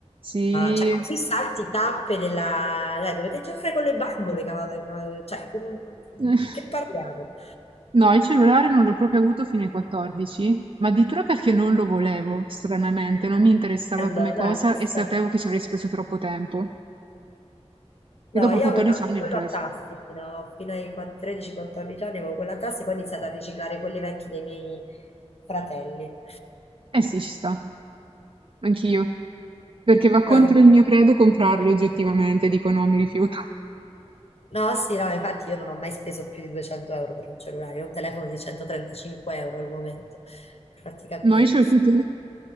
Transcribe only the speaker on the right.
Sì.
<laughs>
No, il cellulare non l'ho proprio avuto fino ai 14, ma addirittura perché non lo volevo, stranamente, non mi interessava
come cosa
e
sapevo che ci avrei speso troppo tempo.
E dopo
14
anni
l'ho preso.
Eh sì, ci sta. Anch'io. Perché va contro
il mio credo comprarli oggettivamente, dico no, mi rifiuto.
No, io ce l'ho tutti